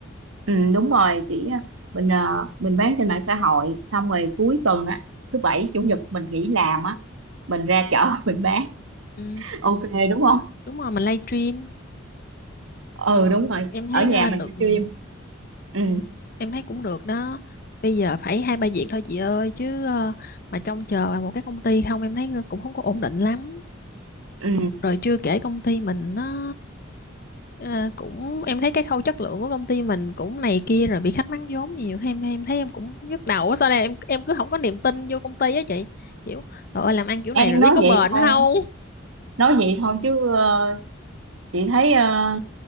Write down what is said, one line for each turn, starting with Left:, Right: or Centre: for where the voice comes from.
Right: Ừ, đúng rồi chị mình ờ, mình bán trên mạng xã hội xong rồi cuối tuần á thứ bảy chủ nhật mình nghỉ làm á mình ra chợ <laughs> mình bán
Left: ừ,
Right: ok đúng không
Left: đúng rồi mình live stream
Right: ừ đúng rồi
Left: em thấy
Right: ở nhà
Left: à, được
Right: mình livestream
Left: nhiều
Right: ừ
Left: em thấy cũng được đó bây giờ phải hai ba việc thôi chị ơi chứ à, mà trông chờ vào một cái công ty không em thấy cũng không có ổn định lắm
Right: ừ
Left: rồi chưa kể công ty mình nó ờ, cũng em thấy cái khâu chất lượng của công ty mình cũng này kia rồi bị khách mắng vốn nhiều thế em em thấy em cũng nhức đầu á sao đây em em cứ không có niềm tin vô công ty á chị kiểu trời ơi làm ăn kiểu
Right: em
Left: này rồi
Right: nói
Left: biết có bền
Right: vậy thôi
Left: không
Right: nói vậy thôi chứ ờ, chị thấy ờ,